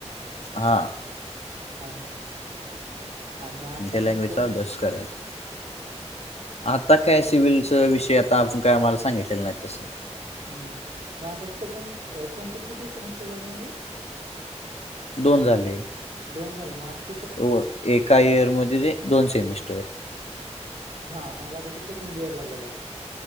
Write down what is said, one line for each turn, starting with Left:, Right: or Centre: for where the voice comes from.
Left: हां.
Right: हा हा हा. आणि आता
Left: त्या लँग्वेजचा
Right: कोणतं
Left: अभ्यास करायचा. आता काय, सिव्हिलच विषय, आता अजून काय आम्हाला सांगितलं नाही तसं.
Right: मग आता सेकंड, कोणते किती सेमिस्टर झाले म्हणला?
Left: दोन झाले‌.
Right: दोन झाले,, म आताऽ
Left: होय,, एका इयरमध्ये दोन सेमिस्टर.
Right: हा,, मनजे आतातु सेकेंड ईयर ला गेलास.